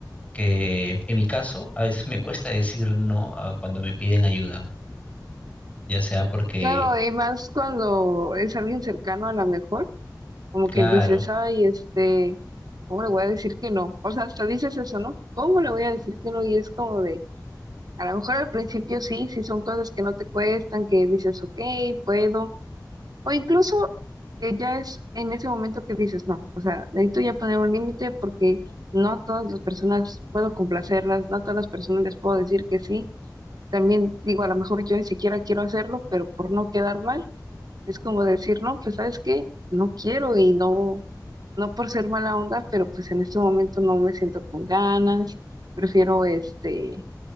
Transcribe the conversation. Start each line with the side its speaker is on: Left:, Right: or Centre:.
Left: que en mi caso, a veces <laughs> me cuesta decir no a cuando me piden ayuda, ya sea porque,
Right: Claro, y más cuando es alguien cercano a lo mejor, como
Left: claro,
Right: que dices, ay, este ¿cómo le voy a decir que no? O sea, hasta dices eso, ¿no? ¿Cómo le voy a decir que no? Y es como de, a lo mejor al principio sí, sí son cosas que no te cuestan, que dices, ok, puedo, o incluso eh, ya es en ese momento que dices, no, o sea, necesito ya poner un límite porque no a todas las personas puedo complacerlas, no a todas las personas les puedo decir que sí. También digo, a lo mejor yo ni siquiera quiero hacerlo, pero por no quedar mal, es como decir, no, pues sabes qué, no quiero y no no por ser mala onda, pero pues en este momento no me siento con ganas, prefiero este